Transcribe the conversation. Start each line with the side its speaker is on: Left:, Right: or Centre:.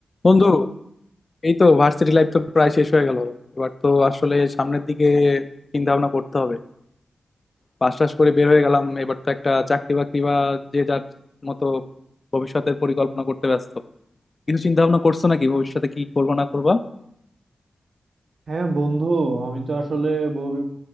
Left: বন্ধু এই তো ভার্সিটি লাইফ তো প্রায় শেষ হয়ে গেল এবার তো আসলে সামনের দিকে চিন্তা ভাবনা করতে হবে পাশ টাশ করে বের হয়ে গেলাম এবার তো একটা চাকরি বাকরি বা যে যার মতো ভবিষ্যতের পরিকল্পনা করতে ব্যস্ত কিছু চিন্তা ভাবনা করছো নাকি ভবিষ্যতে কি করবো না করবা
Right: হ্যাঁ বন্ধু আমি তো আসলে ব-